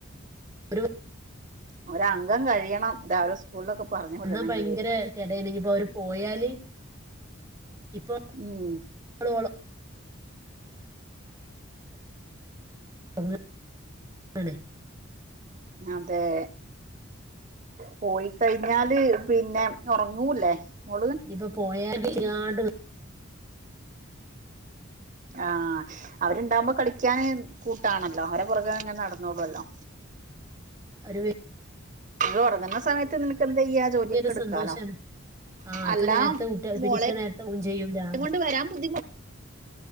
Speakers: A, on the right; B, on the right.
A: ഒരു
B: അവര അംഗം കഴിയണം രാവിലെ സ്കൂളിലൊക്കെ പറഞ്ഞു
A: വന്നാ
B: വിടണമെങ്കില്
A: ഭയങ്കര കെടയാണ് ഇനിയിപ്പോ അവര് പോയാല് ഇപ്പൊ
B: ഉം
A: അവള് ഓള് <unintelligible> ആണ്
B: അതേ പോയി കഴിഞ്ഞാല് പിന്നെ ഉറങ്ങൂല്ലേ മോള്
A: ഞ്ഞിപ്പൊ പോയാൽ ആണ്
B: ആ അവരുണ്ടാകുമ്പോ കളിക്കാന് കൂട്ടാണല്ലോ അവരെ പുറകെ ഇങ്ങനെ നടന്നോളുമല്ലോ
A: ഒരുവി
B: ഇത് ഉറങ്ങുന്ന സമയത്ത് നിനക്ക്യെന്തേയ
A: ഭയങ്കര
B: ജോലിയൊക്കെ എടുക്കാലോ
A: സന്തോഷാണ് ആ ഇപ്പൊ
B: അല്ല
A: നേരത്തെ കുട്ടികൾ പിന്നെ
B: മോളെ
A: ഇക്ക നേരത്തെ ഊൺ ചെയ്യും രാവിലെ
B: കൊണ്ട് വരാൻ ബുദ്ധിമുട്ട